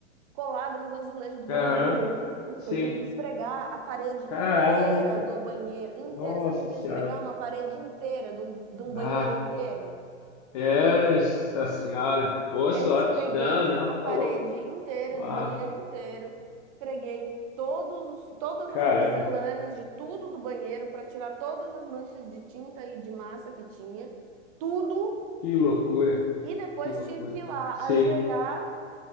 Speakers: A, on the right; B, on the left.
A: colada nos azulejos do banheiro.
B: Aham,
A: E eu falei, puta,
B: sim.
A: eu tive que esfregar a parede
B: Caraca,
A: inteira do banheiro, inteira.
B: nossa
A: Sabe o que que
B: senhora.
A: é esfregar? Uma parede inteira de um, de um banheiro
B: Ah,
A: inteiro.
B: essa senhora. Boa sorte.
A: Eu esfreguei
B: Não, não,
A: a
B: tá
A: parede
B: louco.
A: inteira, do
B: Ah,
A: banheiro inteiro, esfreguei todos os- todas
B: caramba,
A: as porcelanas de tudo do banheiro para tirar todas as manchas de tinta e de massa que tinha, tudo.
B: que loucura,
A: E depois
B: que loucura.
A: tive que ir lá
B: Sim.
A: ajoelhar